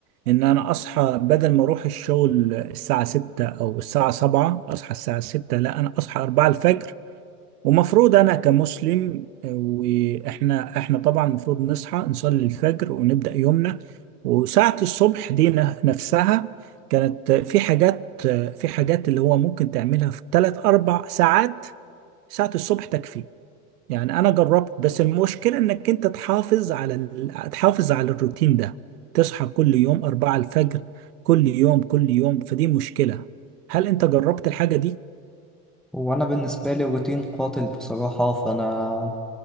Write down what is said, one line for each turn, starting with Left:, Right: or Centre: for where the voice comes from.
Right: ان انا اصحى بدل ما اروح الشغل الساعة 6 او الساعة 7 اصحى الساعة 6 لا انا اصحى 4 الفجر ومفروض انا كمسلم آه، واحنا احنا طبعا المفروض نصحى نصلي الفجر ونبدا يومنا وساعه الصبح دي ن- نفسها كانت آه، في حاجات آه، في حاجات اللي هو ممكن تعملها في ثلاث اربع ساعات ساعه الصبح تكفي يعني انا جربت بس المشكله انك انت تحافظ على ال... تحافظ على الروتين ده تصحى كل يوم أربعة الفجر كل يوم كل يوم فدي مشكله هل انت جربت الحاجه دي
Centre: وانا بالنسبه لي الروتين قاتل بصراحه فانا